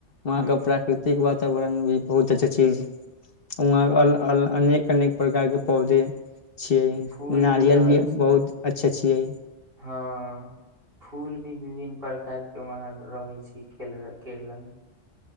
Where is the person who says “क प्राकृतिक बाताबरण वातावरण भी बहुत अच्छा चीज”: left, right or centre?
Left